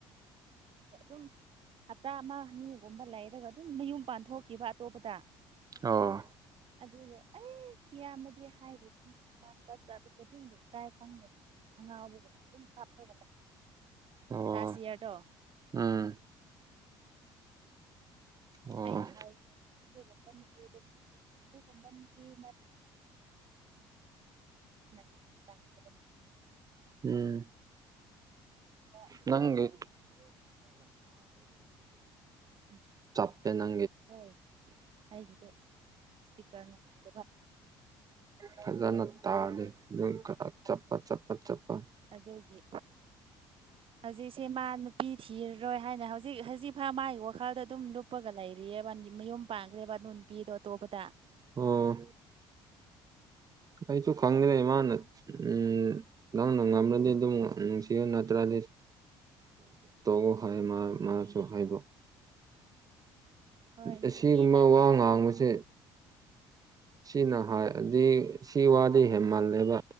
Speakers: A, on the right; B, on the right.
A: ꯑꯗꯨꯝ ꯍꯞꯇꯥ ꯑꯃ ꯃꯤꯒꯨꯝꯕ ꯂꯩꯔꯒ ꯑꯗꯨꯝ ꯃꯌꯨꯝ ꯄꯥꯟꯊꯣꯛꯈꯤꯕ ꯑꯇꯣꯞꯄꯗ
B: ꯑꯣ
A: ꯑꯗꯨ ꯑꯩ ꯏꯌꯥꯝꯃꯗꯤ ꯍꯥꯏꯔꯤ ꯃꯥ ꯆꯞ ꯆꯥꯕ ꯈꯨꯗꯤꯡꯗ ꯏꯀꯥꯏ ꯈꯪꯕꯅꯤ ꯑꯉ ꯑꯗꯨꯝ ꯀꯞꯒ
B: ꯑꯣ
A: ꯅꯥꯁꯤꯌꯥꯗꯣ
B: ꯎꯝ ꯑꯣ
A: ꯑꯩꯅ ꯍꯥꯏ ꯑꯗꯨꯒꯨꯝꯕꯒꯤꯠꯇ꯭ꯔꯁꯨ ꯅꯪꯒꯤꯣꯟꯅ ꯅꯒꯤ ꯇꯒꯤ
B: ꯎꯝ
A: ꯅꯨꯡꯁꯤꯕ ꯑꯗꯨꯝ
B: ꯅꯪꯒꯤ
A: ꯎꯝ
B: <unintelligible>
A: ꯍꯣꯏ ꯑꯩꯒꯤꯗꯣ ꯏꯁꯄꯤꯀꯔ ꯅꯨꯡꯉꯥꯏ
B: ꯐꯖꯅ ꯇꯥꯔꯗꯤ ꯑꯗꯨ ꯈꯔ ꯆꯞꯄ ꯆꯞꯄ ꯆꯞꯄ
A: ꯑꯗꯨꯒꯤ ꯍꯧꯖꯤꯛꯁꯦ ꯃꯥ ꯅꯨꯄꯤ ꯊꯤꯔꯔꯣꯏ ꯍꯥꯏꯅ ꯍꯧꯖꯤꯛ ꯍꯧꯖꯤꯛꯐꯥꯎ ꯃꯥꯒꯤ ꯋꯥꯈꯜꯗ ꯑꯗꯨꯝ ꯂꯨꯞꯄꯒ ꯂꯩꯔꯤ ꯃꯌꯨꯝ ꯄꯥꯟꯈ꯭ꯔꯦꯕ ꯑꯗꯨ ꯅꯨꯄꯤꯗꯣ ꯑꯇꯣꯞꯄꯗ
B: ꯑꯣ ꯑꯩꯁꯨ ꯈꯪꯗ꯭ꯔꯦ ꯏꯃꯥꯅ ꯎꯝ ꯅꯪꯅ ꯉꯝꯂꯗꯤ ꯑꯗꯨꯝ ꯅꯨꯡꯁꯤꯌꯨ ꯅꯠꯇ꯭ꯔꯗꯤ ꯇꯣꯛꯎ ꯍꯥꯏ ꯃꯥ ꯃꯥꯁꯨ ꯍꯥꯏꯕ
A: ꯍꯣꯏ
B: ꯑꯁꯤꯒꯨꯝꯕ
A: ꯅꯨꯄꯤꯅ ꯑꯗꯨꯃꯥꯏꯅ
B: ꯋꯥ ꯉꯥꯡꯕꯁꯦ ꯁꯤꯅ ꯍꯥꯏꯗꯤ ꯁꯤ ꯋꯥꯗꯤ ꯍꯦꯟꯃꯜꯂꯦꯕ